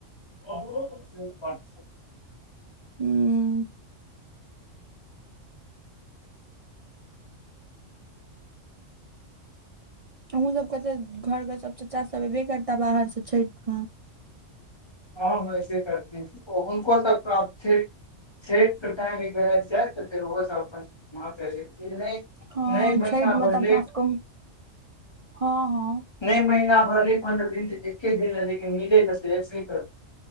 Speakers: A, on the left; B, on the right.
A: ओ बात
B: हू अहाँ सभकेँ तऽ घरके सभ चाचा सभ बाहरसँ छठिमे एबे करताह।
A: हँ, से करताह, तखन तऽ प्रार्थना सेहो। सेताम जाइ तऽ रोजे? नहि नहि,
B: हँ
A: महिना
B: छठि मे
A: भरले।
B: तऽ अपना सबके हँ हँ
A: नहि, महिना भर पन्द्रह दिन तऽ एके दिन रहै, लेकिन मिलि लऽ कर।